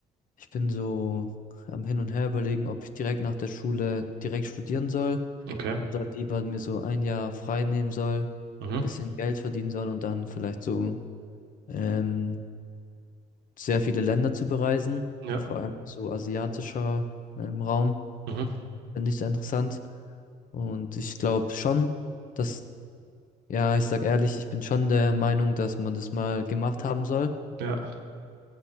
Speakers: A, on the left (about 50°); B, on the right (about 80°).
A: ich bin so am Hin und Her überlegen, ob ich direkt nach der Schule direkt studieren soll
B: okay,
A: oder lieber mir so ein Jahr frei nehmen soll,
B: mhm,
A: bisschen Geld verdienen soll und dann vielleicht so ähm, sehr viele Länder zu bereisen,
B: ja,
A: vor allem so asiatischer ähm, Raum,
B: mhm,
A: finde ich sehr interessant. Und ich glaube schon, dass, ja, ich sag ehrlich, ich bin schon der Meinung, dass man das mal gemacht haben soll.
B: ja,